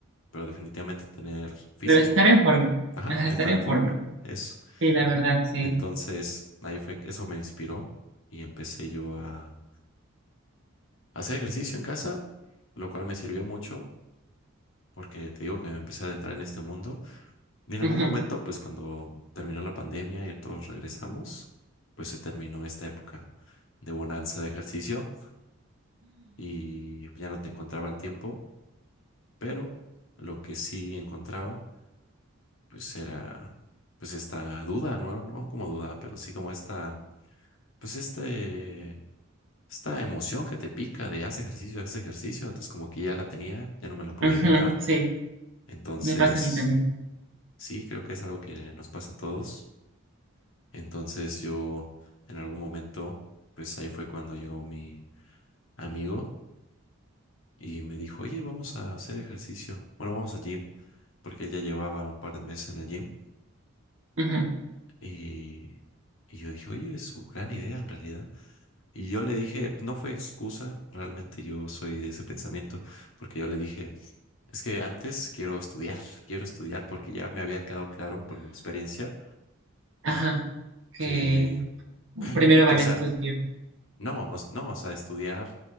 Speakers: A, on the left; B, on the right.
A: pero definitivamente tener físico,
B: Pero estar en forma.
A: ajá,
B: Ajá,
A: estar
B: estar en
A: en
B: forma.
A: forma, eso.
B: Sí, la verdad, sí.
A: Entonces, ahí fue, eso me inspiró y empecé yo a hacer ejercicio en casa, lo cual me sirvió mucho porque te digo que me empecé a adentrar en este mundo. Y en algún
B: Ujú.
A: momento, pues cuando terminó la pandemia y todos regresamos, pues se terminó esta época de bonanza de ejercicio. y ya no te encontraba el tiempo, pero lo que sí encontraba, pues era, pues esta duda, no, no como duda, pero sí como esta, pues este, esta emoción que te pica de haz ejercicio, haz ejercicio, entonces como que ya la tenía, ya no me la podía
B: Ujú,
A: quitar,
B: Sí,
A: entonces
B: me pasa a mí también.
A: sí, creo que es algo que nos pasa a todos, entonces yo en algún momento, pues ahí fue cuando llegó mi amigo y me dijo, oye, vamos a hacer ejercicio, bueno, vamos al gym. porque él ya llevaba un par de meses en el gym
B: Ujú.
A: y, y yo dije, oye, es una gran idea en realidad. Y yo le dije, no fue excusa, realmente yo soy de ese pensamiento, porque yo le dije, es que antes quiero estudiar, <laughs> quiero estudiar porque ya me había quedado claro por mi experiencia
B: Ajá, que
A: que,
B: primero vale
A: que o sea,
B: estudio.
A: no, o s- no, o sea, estudiar.